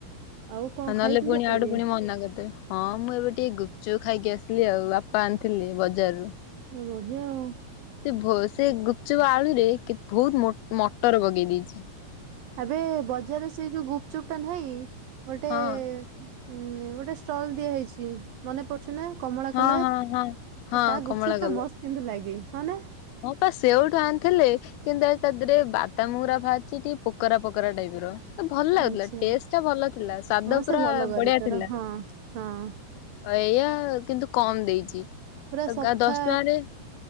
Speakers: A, on the right; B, on the left.
A: ଆଉ କଣ
B: ନହେଲେ
A: ଖାଇଥିଲୁ
B: ପୁଣି
A: ଆଜି?
B: ଆଡୁ ପୁଣି ମନା କରିଦେ ହଁ ମୁଁ ଏବେ ଟିକେ ଗୁ ଚୁପ୍ ଖାଇକି ଆସିଲି ଆଉ ବାପା ଆଣିଥିଲି ବଜାରରୁ।
A: ହ ବଢିଆ ଆଉ।
B: ସେ ସେ ଗୁପଚୁପ ଆଳୁରେ ବହୁତ ମଟର ପକେଇ ଦେଇେଇଛି।
A: ଏବେ ବଜାରରେ ସେଇ ଯୋଉ ଗୁପଚୁପ୍ ଟା ନାହିଁ ଗୋଟେ
B: ହଁ
A: ହଁ ଗୋଟେ ଷ୍ଟଲ ଦିଆ ହେଇଛି ମନେ ପଡୁଛି ନା। କମଳା
B: ହଁ
A: କଲର
B: ହଁ ହଁ ହଁ
A: ତା
B: କମଳା
A: ଗୁପଚୁପ୍
B: କଲର।
A: ଟା ମସ୍ତ କିମନ୍ତୁ ଲାଗେ। ହଁ ନା
B: ହଁ ପା ସେଉଠୁ ଆଣିଥିଲେ କିନ୍ତୁ ତା ଦେହରେ ବାଦାମ୍ ଗୁରା ଭାରି ସେ ଟିକେ ପୋକରା ପୋକରା ଟାଇପ ର। ଭଲ ଲାଗୁଥିଲା
A: ଆଚ୍ଛା
B: ଟେଷ୍ଟ ଟା ଭଲ ଥିଲା ସ୍ଵାଦ
A: ହଁ ସେ
B: ପୁରା
A: ଭଲ କରେ
B: ବଢିଆ
A: ତାର
B: ଥିଲା।
A: ହଁ ହଁ।
B: ଏଇଆ କିନ୍ତୁ କମ୍ ଦେଇଚି
A: ପୁରା
B: ଆ
A: ସଫା
B: ଗା ଆଉ ଦଶ ଟଙ୍କାରେ